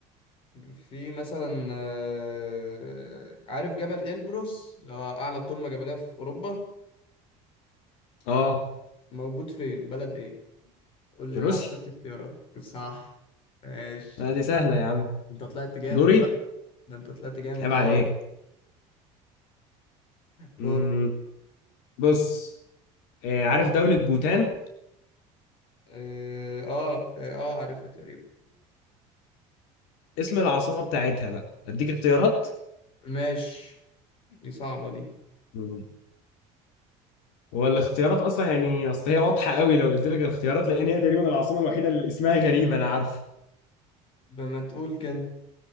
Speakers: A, on the left (about 35°); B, on the left (about 70°).
A: في مثلا آه، عارف جبل إلبروس اللي هو أعلى قمة جبلية في أوروبا
B: اه
A: موجود فين بلد إيه قول
B: في
A: لي لو
B: روسيا
A: احتجت اختيارات صح ماشي
B: آه دي سهلة يا عم
A: أنت طلعت جامد
B: دوري
A: بقى ده أنت طلعت جامد
B: عيب
A: أه
B: عليك
A: دور
B: امم بص آه عارف دولة بوتان
A: آه آه آه آه، عارفها تقريبا
B: اسم العاصمة بتاعتها بقى اديك اختيارات
A: ماشي دي صعبة دي
B: مم. هو الاختيارات اصلا يعني اصل هي واضحة قوي لو قلت لك الاختيارات لان هي تقريبا العاصمة الوحيدة اللي اسمها غريب انا عارف
A: بما تقول كان